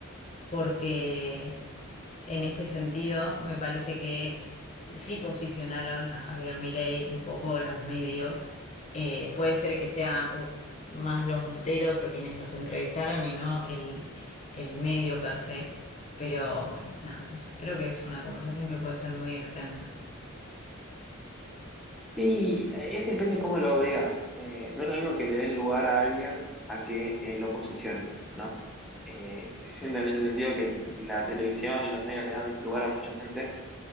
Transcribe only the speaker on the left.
porque... En este sentido, me parece que sí posicionaron a Javier Milei un poco los medios. Eh, puede ser que sea uh, más los noteros o quienes los entrevistaron y no el, el medio per se. Pero bueno, nada, no sé. Creo que es una conversación que puede ser muy extensa.